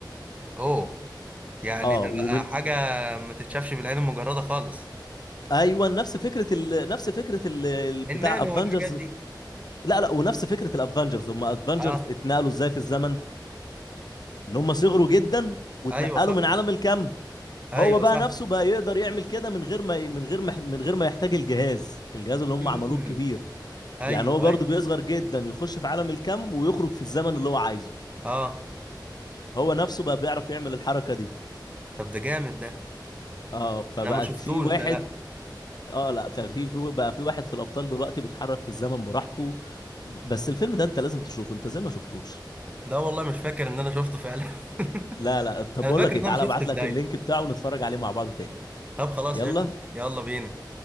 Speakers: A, on the right (about 20°); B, on the left (about 60°).
A: اوه يعني
B: اه
A: ده
B: ومن
A: بقى حاجه ما تتشافش بالعين المجرده خالص
B: ايوه نفس فكره ال... نفس فكره ال... ال- بتاع
A: النانو
B: افنجرز
A: والحاجات دي
B: لا لا ونفس فكره الافنجرز هم افنجرز
A: اه
B: اتنقلوا ازاي في الزمن ان هم صغروا جدا واتنقلوا
A: ايوه صح
B: من عالم الكم
A: ايوه
B: هو بقى
A: صح
B: نفسه بقى يقدر يعمل كده من غير ما ي- من غير ما من غير ما يحتاج الجهاز الجهاز اللي هم
A: امم
B: عملوه الكبير
A: ايوه
B: يعني هو برضه
A: ايوه
B: بيصغر جدا يخش في عالم الكم ويخرج في الزمن اللي هو عايزه
A: اه
B: هو نفسه بقى بيعرف يعمل الحركة دي
A: طب ده جامد ده
B: اه فبقت
A: انا ما شفتوش
B: في واحد
A: ده لا
B: اه لا ففي في بقى في واحد في الأبطال دلوقتي بيتحرك في الزمن براحته بس الفيلم ده انت لازم تشوفه انت زي ما شفتوش
A: ده والله مش فاكر ان انا شفته فعلا
B: لا لا
A: <laughs>
B: طب
A: انا
B: بقول
A: فاكر
B: لك ايه
A: ان
B: تعالى
A: انا شفت
B: ابعت
A: بدايته
B: لك اللينك بتاعه ونتفرج عليه مع بعض تاني
A: طب خلاص
B: يلا
A: قشطة يلا بينا